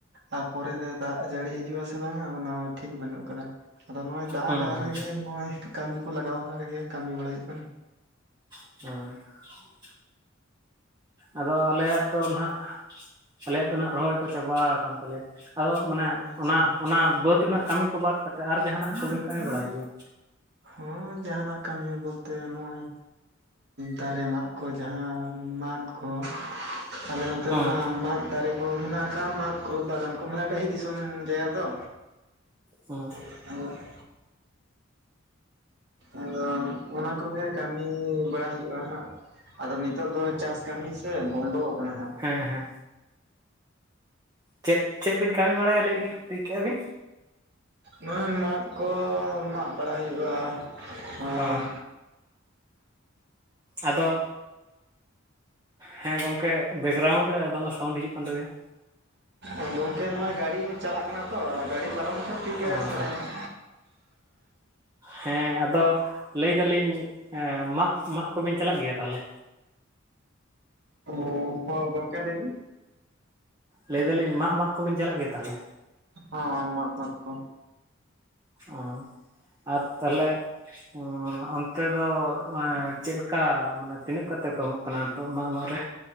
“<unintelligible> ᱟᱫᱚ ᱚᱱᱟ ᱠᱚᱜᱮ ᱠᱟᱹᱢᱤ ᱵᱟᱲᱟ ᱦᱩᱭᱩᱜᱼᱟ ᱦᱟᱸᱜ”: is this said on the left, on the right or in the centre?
Right